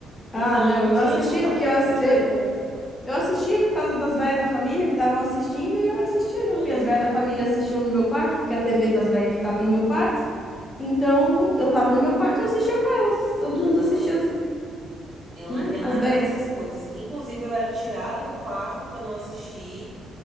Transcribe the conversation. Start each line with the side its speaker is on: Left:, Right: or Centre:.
Right: Então,
Left: ah, não,
Right: eu não
Left: eu
Right: tinha
Left: assistia
Right: contato
Left: porque
Right: com
Left: eu, ass-
Right: filme de
Left: eu,
Right: terror.
Left: eu assistia por causa das velhas da família que estavam assistindo e eu assistia junto.
Right: Aham.
Left: E as velhas da família assistiam no meu quarto, porque a TV das velhas ficava no meu quarto. Então, eu tava no meu quarto e eu assistia com elas. Todo
Right: Não.
Left: mundo assistia
Right: Eu
Left: né?
Right: não via nada
Left: As velhas.
Right: dessas coisas. Inclusive, eu era tirada do quarto pra não assistir.